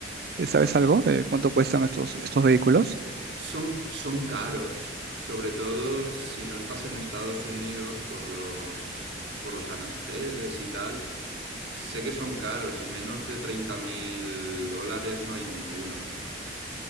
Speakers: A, on the right; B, on the right.
A: eh, sabes algo de cuánto cuestan estos, estos vehículos?
B: Son, son caros, sobre todo si no estás en Estados Unidos por los, por los aranceles y tal. Sé que son caros y menos de treinta mil dólares no hay ninguno.